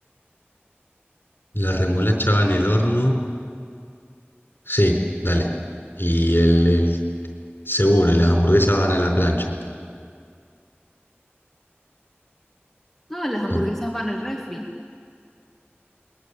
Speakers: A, on the left (about 55°); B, in the centre.
A: La remolacha va en el horno. Sí, dale. Y el, el seguro, y las hamburguesas van a la plancha.
B: No, las hamburguesas
A: No
B: van al refri.